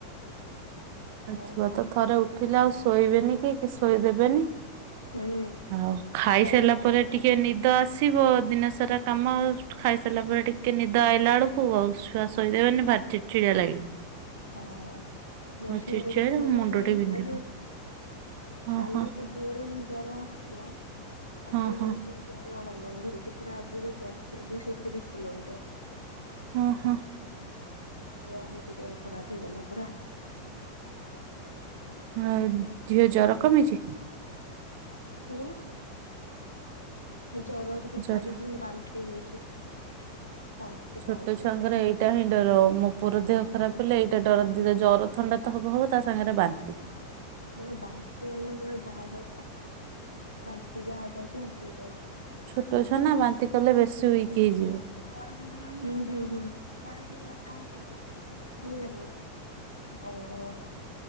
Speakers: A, on the right (about 50°); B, on the left (about 85°).
A: ଆଛୁଆ
B: ଓହୋ।
A: ତ ଥରେ ଉଠିଲେ ଆଉ ଶୋଇବେନି କି ଶୋଇଦେବେନି।
B: ହୁଁ।
A: ଆଉ ଖାଇସାରିଲା
B: ହଇରାଣ
A: ପରେ
B: କରିବେ।
A: ଟିକେ ନି ତ ଆସିବ ଦିନ ସାରା କାମ ଖାଇସାରିଲା ପରେ ଟିକେ କି ନିଦ ଆଇିଲା ବେଳକୁ ଆଉ ଶୁଆ ଶୋଇ ଦେବନି ଭାରି ଚିଡି ଚିଡା ଲାଗେ।
B: ହଁ ମୋ ଝିଅର
A: ଚିଡଚିଡା
B: ବିି ଦେହ ଭଲ
A: ମୁଣ୍ଡ
B: ନାଇଁ,
A: ଟି ବିନ୍ଧିବ
B: ଆଜି
A: ହଁ
B: କାଲି
A: ହଁ
B: ସବୁ ଭୋରୁ ଜର ଆସିଥିଲା ତାକୁ
A: ହଁ
B: ଟିକେ
A: ହଁ
B: ନେଇଥିଲି। ନଣନ୍ଦ ଘରକୁ ପୁରା ବହୁତ ବାଟ ଦିଇଶହ ତିରିଶ କିଲୋମିଟର।
A: ହଁ ହଁ।
B: ସେଆ ହଉତ ଦେହ ଖରାପ ହେଇଗଲା ପୁରା।
A: ହଁ ଝିଅ ଜର କମିଛି?
B: ହୁଁ ଜର ଟିକେ
A: ଜର
B: ଛାଡିଛି କିନ୍ତୁ ବାନ୍ତି ହଉଛି। ବାନ୍ତି
A: ଛୋଟ
B: ଟା
A: ଛୁଆଙ୍କର ଏଇଟା ହିଁ ଡର ମୋ ପୁଅ ଦେହ ଖରାପ ହେଲେ ଏଇଟା ଡର ଦିଦ ଜର
B: ହଉଛି।
A: ଥଣ୍ଡା ତ ହବ ତା ସାଙ୍ଗରେ ବାନ୍ତି।
B: ହଁମ ବାନ୍ତି ମାନେ ପୁରା ଯାହା ଖାଉଛି ବାନ୍ତି ଯାହା ଖାଉଛି ବାନ୍ତି ହେଇଯାଉଛି।
A: ଛୋଟ ଛୁଆ ନା ବାନ୍ତି କଲେ ବେଶୀ ୱିକ ହେଇଯିବେ।
B: ହୁଁ ହୁଁ ହୁଁ ମୁଁ ଯାନିନି। ଓହୋ